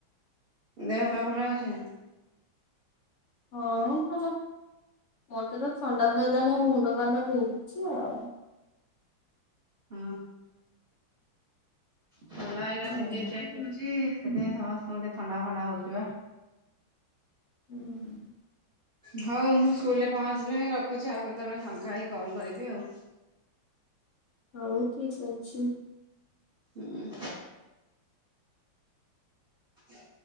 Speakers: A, on the right; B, on the left.
A: ଦେହ ପା ଭଲ ଅଛି ନା?
B: ହଁ ଭଲ, ମୋତେ ତ ଥଣ୍ଡା ଧରଲାାଣି ମୋ ମୁଣ୍ଡ କାନ ବିନ୍ଧୁଛି ଆଉ।
A: ହଁ, ହଁ ଥଣ୍ଡା ଏଇନା
B: ହଁ।
A: ସିଝନ୍ ଚେଞ୍ଜ ହଉଛି। ସେଥିପାଇଁ ସମସ୍ତଙ୍କୁ ଟିକେ ଥଣ୍ଡା ଫଣ୍ଡା ହଉଛି ବା।
B: <inaudible>
A: ହଉ ମୁଁ ସ୍କୁଲ୍ ରେ ପହଞ୍ଚିଲିଣି ରଖୁଛି ଆଉ, କେତେବେଳେ ଫାଙ୍କା ହେଇ କଲ୍ କରିବି ଆଉ।
B: ହଉ ଠିକ ଅଛି।
A: ହୁଁ। ଆଜ୍ଞା।